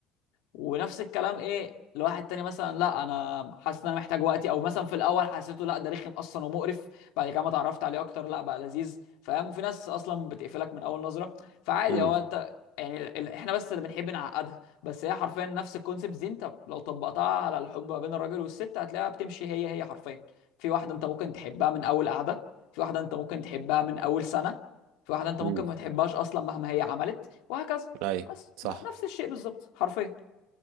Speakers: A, on the left; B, on the right.
A: ونفس الكلام ايه لواحد تاني مثلا لا انا حاسس ان انا محتاج وقتي او مثلا في الاول حسيته لا ده رخم اصلا ومقرف بعد كده ما اتعرفت عليه اكتر لا بقى لذيذ فاهم وفي ناس اصلا بتقفلك من اول نظره فعادي
B: مم.
A: هو انت يعني ال- ال- احنا بس اللي بنحب نعقدها بس هي حرفيا نفس الكونسيبت دي انت لو طبقتها على الحب ما بين الراجل والست هتلاقيها بتمشي هي هي حرفيا في واحده انت ممكن تحبها من اول قعده في واحده انت ممكن تحبها من اول سنه في واحده انت
B: مم.
A: ممكن ما تحبهاش اصلا مهما هي عملت وهكذا
B: أيوه
A: بس
B: صح
A: ن- نفس الشيء بالظبط حرفيا